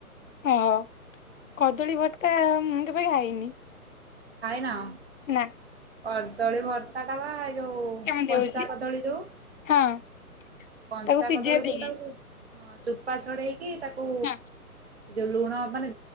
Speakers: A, on the left; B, on the right.
A: ହଁ କଦଳୀ ଭର୍ତ୍ତା ମୁଁ କେବେ ଖାଇନି
B: ଖାଇନା।
A: ନା।
B: କଦଳୀ ଭର୍ତ୍ତା ଟା ବା ଏଇ ଯୋଉ
A: କେମିତି
B: କଞ୍ଚା
A: ହଉଛି?
B: କଦଳୀ ଯୋଉ
A: ହଁ
B: କଞ୍ଚା
A: ତାକୁ ସିଝେଇ
B: କଦଳୀକୁ
A: ଦେଇକି
B: ତାକୁ ହଁ ଚୋପା ଛଡେଇକି ତାକୁ
A: ହଁ
B: ଯୋଉ ଲୁଣ ମାନେ